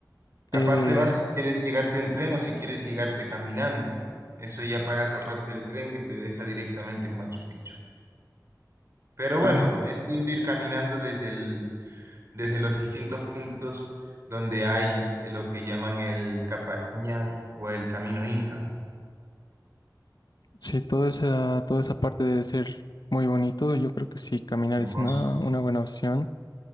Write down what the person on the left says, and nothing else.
Eh,
ah.
Sí, toda esa, toda esa parte debe ser muy bonito. Yo creo que sí, caminar
es una, una buena opción.